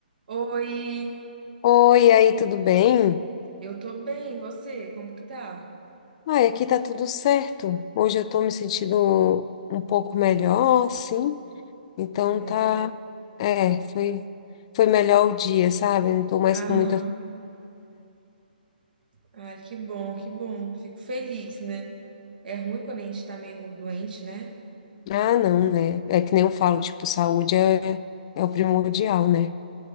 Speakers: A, on the right; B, on the left.
A: Oi,
B: Oi, e aí, tudo bem?
A: eu tô bem, e você? Como que tá?
B: Ai, aqui tá tudo certo. Hoje eu tô me sentindo um pouco melhor, sim. Então
A: Ah, É,
B: tá, é, foi foi melhor o dia, sabe? Não tô mais
A: aham.
B: com muita fome.
A: Ai, que bom, que bom. Fico feliz, né? É ruim quando a gente tá meio doente, né?
B: Ah, não, né? É que nem eu falo, tipo, saúde é, é o primordial, né?